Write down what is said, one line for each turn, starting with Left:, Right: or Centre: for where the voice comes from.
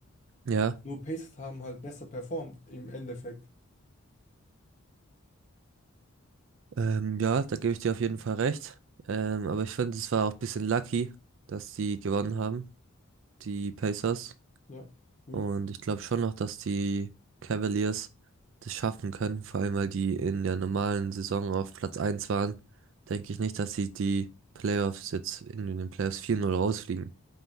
Right: Ja,
Left: Nur Pacers haben halt besser performt im Endeffekt.
Right: ähm, ja, da gebe ich dir auf jeden Fall recht. Ähm, aber ich finde, es war auch ein bisschen lucky, dass die gewonnen haben, die Pacers.
Left: Ja. Hm.
Right: Und ich glaube schon noch, dass die Cavaliers das schaffen können, vor allem weil die in der normalen Saison auf Platz eins waren, denke ich nicht, dass sie die Playoffs jetzt in den Playoffs 4-0 rausfliegen.